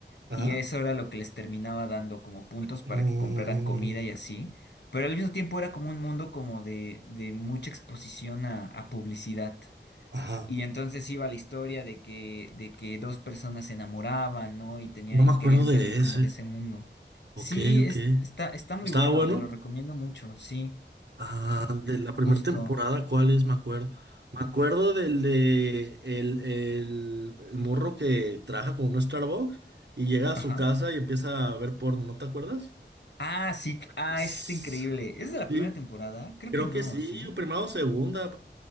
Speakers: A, on the right; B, on the left.
A: Ajá.
B: Y eso era lo que les terminaba dando como puntos para
A: Mm,
B: que compraran comida y así. Pero al mismo tiempo era como un mundo como de, de mucha exposición a a publicidad.
A: ajá.
B: Y entonces iba la historia de que, de que dos personas se enamoraban, ¿no? Y tenían,
A: No me
B: y
A: acuerdo
B: querían salir
A: de
B: como
A: ese.
B: de ese mundo. Sí,
A: Ok,
B: es,
A: ok.
B: está, está muy
A: Estaba
B: bueno,
A: bueno.
B: te lo recomiendo mucho, sí,
A: Ah, de la
B: justo.
A: primera temporada, ¿cuál es? Me acuerdo. Me acuerdo del de el, el, el morro que trabaja con un Starbucks y llega a
B: Ajá.
A: su casa y empieza a ver porno, ¿no te acuerdas?
B: Ah, sí, ah,
A: Sí,
B: es este increíble. ¿Es de la primera temporada? Creo
A: Creo
B: que no,
A: que sí,
B: sí.
A: primero o segunda.